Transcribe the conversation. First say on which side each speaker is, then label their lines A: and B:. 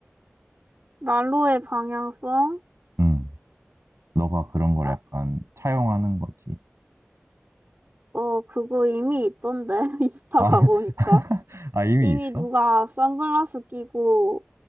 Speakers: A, on the right; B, on the right.
A: 난로의 방향성?
B: 음, 너가 그런 걸
A: 아,
B: 약간 차용하는 거지.
A: 어, 그거 이미 있던데. <laughs> 인스타
B: 아,
A: 가보니까.
B: <laughs> 아, 이미
A: 이미
B: 있어?
A: 누가 선글라스 끼고